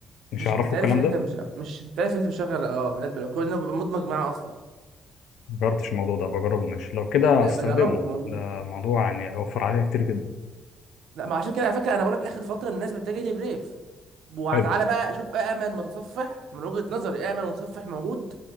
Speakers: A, on the left; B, on the right.
A: مش
B: مش
A: هيعرفوا
B: هتتعرف
A: الكلام
B: ان
A: ده
B: انت مش مش هتتعرف انت مشغل اه بقى بلوك لانه بيبقى مدمج معاه اصلا
A: مجربتش الموضوع ده بجربه ماشي لو كده
B: لا
A: هستخدمه
B: بجربه بيبقى موجود
A: ده موضوع يعني هيوفر عليا كتير جدا
B: لا ما عشان كده على فكره انا بقولك اخر فتره الناس بتتجه لبريف وتعالى
A: حلو
B: بقى شوف أأمن متصفح من وجهة نظري أأمن متصفح موجود